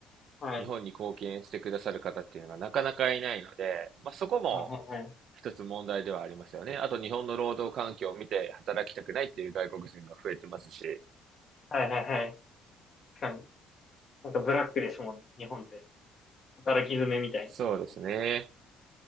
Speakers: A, on the left; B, on the right.
A: はい。
B: 日本に貢献してくださる方っていうのがなかなかいないので、まあそこも
A: はい、はい、はい。
B: 一つ問題ではありますよね。あと日本の労働環境を見て働きたくないっていう外国人が増えてますし。
A: はい、はい、はい。確かに。なんかブラックですもんね、日本って。働き詰めみたい
B: そうですね。